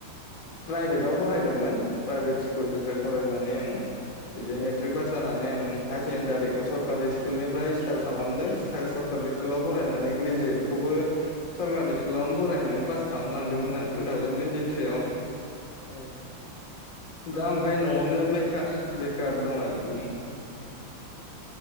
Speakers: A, on the left (about 40°); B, on the left (about 60°).
A: प्राइभेदाव फरायदोंमोन प्राइभेट स्कुलनिफ्राय फरायनानै आं बिदि मेट्रिक पास जानानै आं हायार सेकेन्डारिखौ सरकारि स्कुलनिफ्राय स्टार्ट खालामदों ओम सर फ्रायबेद स्कुलाव फरायनानै
B: औ
A: ग्रेजुवेट खौबो सरकारि स्कुलावनो फरायनानै पास खालामलांदोंमोन आं। टु थावजेन टुइन्टि थ्रियाव।
B: औ
A: दा ओमफाय
B: ओमफ्राय
A: न'आवनो बेकार बे कार दं आरो ओं
B: उम